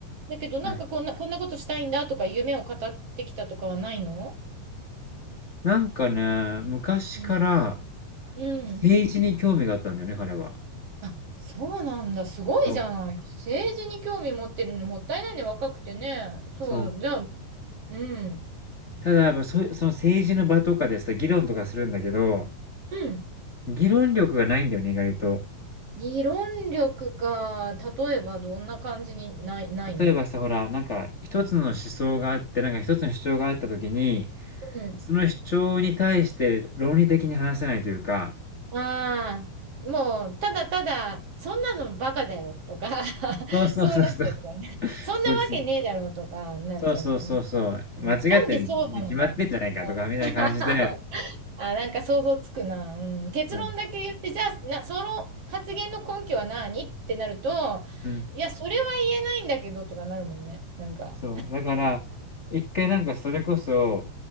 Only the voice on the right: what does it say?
だけどなんかこんな、
こんなことしたいんだとか夢を語ってきたとかはないの
うん。うん。
あ、そうなんだ。すごいじゃない。
政治に興味持ってるのにもったいないね。若くてね。そう、
じゃあ、うん。
うん。
議論力か。例えばどんな感じにない、ないの
うん。
うん。
ああ、もう、ただただ、そんなのバカだよとか、<laughs>
そうなっちゃうからね。そんなわけねえだろうとか、
なっちゃうのかな。
うんなんでそうなのか。
あ
<laughs> あ、なんか想像つくな。うん、結論だけ言って、
じゃあ、な、その発言の根拠は何ってなると、
いや、それは言えないんだけどとかなるもんね。なんか、